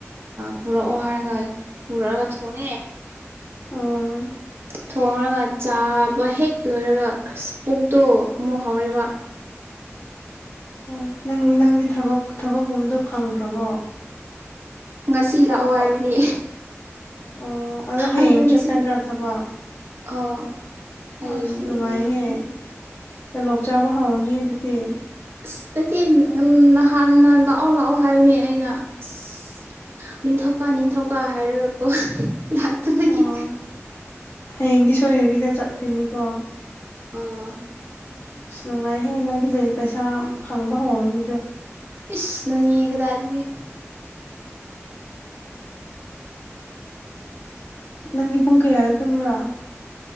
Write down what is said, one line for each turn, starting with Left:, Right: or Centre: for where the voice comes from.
Right: ꯄꯨꯔꯛꯑꯣ ꯍꯥꯏꯔꯒ ꯄꯨꯔꯛꯑꯒ ꯊꯣꯡꯉꯦ
Left: ꯑꯣ
Right: ꯊꯣꯡꯔꯒ ꯆꯥꯕ ꯍꯦꯛ ꯂꯣꯏꯔꯒ ꯑꯁ ꯄꯨꯛꯇꯣ ꯑꯃꯨꯛ ꯍꯧꯔꯦꯕ
Left: ꯑꯣ ꯅꯪ ꯅꯪꯗꯤ ꯊꯕꯛ ꯊꯕꯛꯀꯨꯝꯕꯗꯣ ꯐꯪꯈ꯭ꯔꯕꯣ
Right: ꯉꯁꯤ ꯂꯥꯛꯑꯣ
Left: ꯊꯕꯛ
Right: ꯍꯥꯏꯕꯅꯦ
Left: ꯑꯣ ꯑꯗꯣ ꯍꯌꯦꯡ
Right: ꯑꯩꯗꯣ ꯉꯁꯤ
Left: ꯆꯠꯀꯗ꯭ꯔꯥ ꯊꯕꯛ
Right: ꯑꯣ ꯍꯌꯦꯡꯗꯒꯤ
Left: ꯑꯁ ꯅꯨꯡꯉꯥꯏꯍꯦ
Right: ꯍꯧꯔꯅꯤ
Left: ꯇꯂꯣꯞ ꯆꯥꯕ ꯍꯥꯎꯅꯤꯌꯦ ꯑꯗꯨꯗꯤ
Right: ꯑꯁ ꯅꯠꯇꯦ ꯅꯍꯥꯟꯅ ꯂꯥꯛꯑꯣ ꯂꯥꯛꯑꯣ ꯍꯥꯏꯕꯅꯦ ꯑꯩꯅ ꯑꯁ ꯅꯤꯡꯊꯧꯀꯥ ꯅꯤꯡꯊꯧꯀꯥ ꯍꯥꯏꯔꯒꯀꯣ ꯂꯥꯛꯇꯕꯒꯤ
Left: ꯑꯣ ꯍꯌꯦꯡꯗꯤ ꯁꯣꯏꯗꯕꯤꯗ ꯆꯠꯀꯅꯤꯀꯣ
Right: ꯑꯥ
Left: ꯑꯁ ꯅꯨꯡꯉꯥꯏꯍꯦ ꯅꯪꯗꯤ ꯄꯩꯁꯥ ꯐꯪꯕ ꯍꯧꯔꯅꯤꯗꯣ
Right: ꯏꯁ ꯅꯪꯉꯤ ꯀꯥꯗꯥꯏꯗꯒꯤ
Left: ꯅꯪꯒꯤ ꯄꯨꯡ ꯀꯌꯥꯗ ꯇꯨꯝꯕ꯭ꯔꯥ